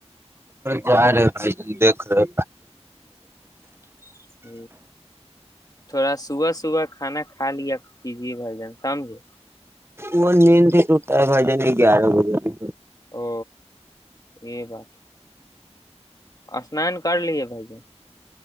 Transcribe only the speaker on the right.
جا رہے بائی دیک رہے
وہ نیند ت تو ٹائم آ جائیں گے گیارہ بجے کی